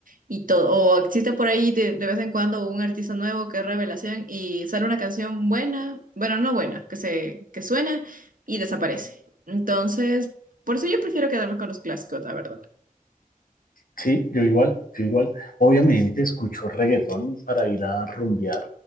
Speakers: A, on the right; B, on the left.
A: y todo, o existe por ahí de, de vez en cuando un artista nuevo que es revelación y sale una canción buena, bueno, no buena, que se, que suena y desaparece. Entonces, por eso yo prefiero quedarme con los clásicos, la verdad.
B: Sí, yo igual, yo igual. Obviamente escucho reggaetón para ir a rumbear,